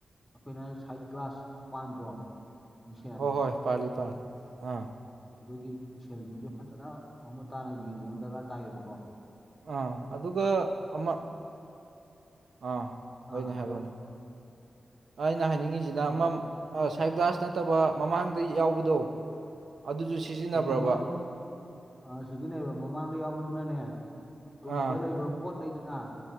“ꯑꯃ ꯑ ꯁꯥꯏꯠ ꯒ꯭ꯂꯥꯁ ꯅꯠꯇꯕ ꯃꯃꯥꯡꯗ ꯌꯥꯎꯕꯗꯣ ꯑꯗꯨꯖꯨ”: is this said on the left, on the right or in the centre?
Right